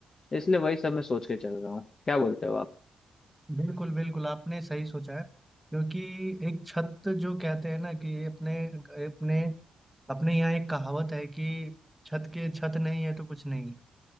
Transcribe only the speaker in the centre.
बिल्कुल बिल्कुल आपने सही सोचा है क्योंकि एक छत जो कहते हैं ना कि अपने अपने अपने यहाँ एक कहावत है कि छत के छत नहीं है तो कुछ नहीं है